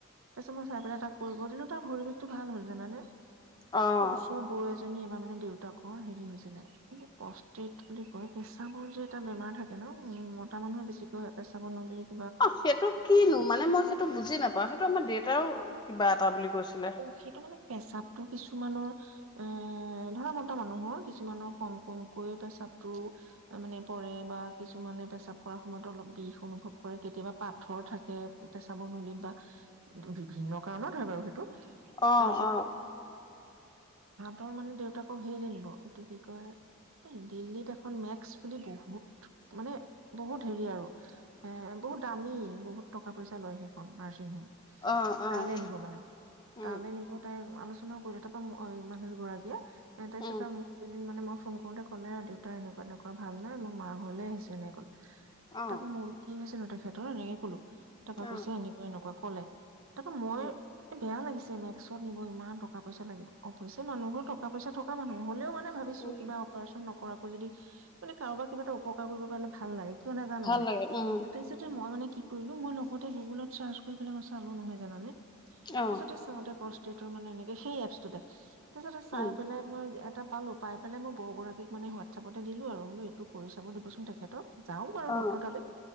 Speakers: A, on the right; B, on the left.
A: তাৰপিছত মই চাই পেলাই তাক কৰিব দিলো তাৰ ভৰি বিষটো ভাল হ'ল জানানে।
B: অ'।
A: আকৌ ওচৰৰ বৌ এজনী এবাৰ মানে দেউতাকৰ হেৰি হৈছিলে, এই যে প্ৰষ্টেট বুলি কয়, পেচাবৰ যে এটা বেমাৰ থাকে ন? উম, মতা মানুহৰ বেছিকৈ হয়, পেচ চাবৰ‌ নলীত
B: অ' সেটো কিনো মানে মই সেটো বুজি নাপাওঁ, সেইটো আমাৰ দেত তাও কিবা এটা বুলি কৈছিলে
A: অ' সেইটো মানে পেচাবটো কিছুমানৰ, অ' ধৰা মতা মানুহৰ, কিছুমানৰ কম কমকৈ পেচাবটো মানে পৰে বা কিছুমানে পেচাব কৰা সময়ত অলপ বিষ অনুভৱ কৰে, কেতিয়াবা পাথৰ থাকে পেচাবৰ নলীত, বা বিভিন্ন কাৰণত হয় বাৰু সেইটো
B: অ',
A: তাৰপিছত
B: অ।
A: তৰ মান দেউতাকক হেৰিলে নিব সেটো কি কয়, এই দিল্লীত এখন মেক্স বুলি বহুত, মানে বহুত হেৰি আৰু, এ বহুত দামী, বহুত টকা পইচা লয় সেইখন নাৰ্ছিং হোম
B: অ', অ'।
A: তালৈ নিব মানে
B: উম
A: তালৈ নিব তাত উম, আলোচনা কৰিলে তাপা মানুহ দুগৰাকীয়ে তাপিছত
B: উম
A: আৰু মোক মানে মই ফোন কৰোতে ক'লে দেউতা এনেকা এনেকুৱা ভাল নাই মোৰ মা ঘৰলৈ আহিছো এনেকৈ।
B: অ
A: তাক মল কি তেখেতৰ এনেকে কলোঁ টকা
B: অ
A: পইচা এনেকুৱা এনেকুৱা ক'লে তাপা মইয়ে
B: উম
A: বেয়া লাগিছে মেস্কত নিব ইমান টকা পইচা লাগিব অৱশ্যে মানুহ ঘৰ টকা পইচা থকা মানুহ হ'লেও মানে ভাবিছো
B: উম
A: কিবা অপাৰেচন নকৰাকে যদি মানে কাৰোবাক কিবা এটা উপকাৰ কৰিব পাৰিলে ভাল লাগে। কিয় নাজানো
B: ভাল
A: মানে
B: লাগে উম
A: তাৰপিছতে মই মানে কি কৰিলো মই লগতে গুগলত চাৰ্চ কৰি মই চালো নহয় জানানে।
B: অ
A: তাচতে <unintelligible> <unintelligible> মানে সেই এপচটোতে তাৰপিছতে চাই
B: উম
A: পেলাই মই এটা, পালোঁ পাই পেলাই মই বৌগৰাকীক মানে হোৱাটছএপতে দিলোঁ আৰু এইটো কৰি চাব দিবচোন তেখেতক যাক বাৰু
B: অ
A: ডক্টৰ তালে